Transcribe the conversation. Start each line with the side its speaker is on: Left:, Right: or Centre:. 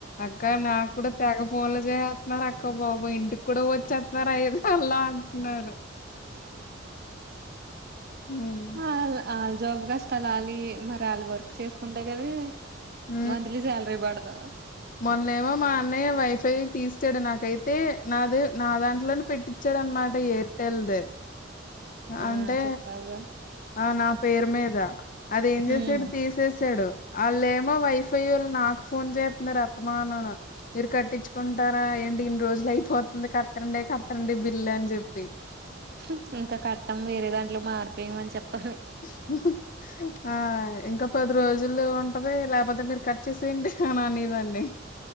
Left: అక్క నాకు కూడా తెక ఫోన్లు చేస్తున్నారక్క బాబోయ్ ఇంటికి కూడా వచ్చేస్తున్నారు అయిద్ అల్లన్. తిన్నారు ఉమ్.
Right: ఆళ్ళ ఆళ్ళ జాబ్ కష్టాలు వాళ్ళవే మరి వాళ్ళ వర్క్ చేసుకుంటే కానీ.
Left: హ్మ్
Right: మంత్లీ శాలరీ పడతదా.
Left: మొన్నేమో మా అన్నయ్య వైఫై తీసాడు నాకైతే నాది నా దాంట్లోనే పెట్టించాడు అనమాట ఎయిర్టెల్ది.
Right: ఆ
Left: అంటే
Right: చెప్పావుగా
Left: ఆహ్ నా పేరు మీద అదేం
Right: ఉమ్
Left: చేసేడు తీసి. చేసాడు వాళ్ళమో వైఫై వాళ్ళు నాకు ఫోన్ చేస్తున్నారు ఆస్తమానంను. మీరు కట్టించుకుంటారా ఏంటి ఇన్ని రోజులు అయిపోతుంది కట్టండి కట్టండి బిల్లు అని చెప్పి.
Right: ఉమ్ ఇంకా కట్టన్ వేరే దాంట్లో మారిపోయమని చెప్పాలి.
Left: ఆహ్. ఆహ్ ఇంకా పది రోజులు ఉంటది లేకపోతే మీరు కట్ చేసేయండి అని అనేదాన్ని.